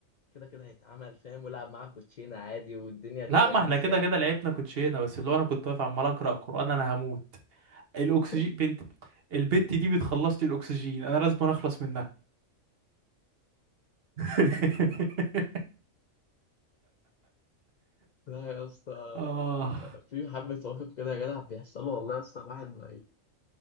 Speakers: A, on the left; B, on the right.
A: كده كده هيتعمل فاهم ولعب معاك كوتشينه عادي والدنيا هتبقى
B: لا ما
A: بيس
B: احنا كده
A: يعني
B: كده لعبنا كوتشينه بس اللي هو انا كنت واقف عمال اقرا قران انا هموت الاكسجين
A: <laughs>
B: بنت البت دي بتخلص لي الاكسجين انا لازم اخلص منها <laughs>
A: لا يا اسطى
B: اه
A: في حبة مواقف كده يا جدع بيحصلوا والله يا اسطى الواحد ما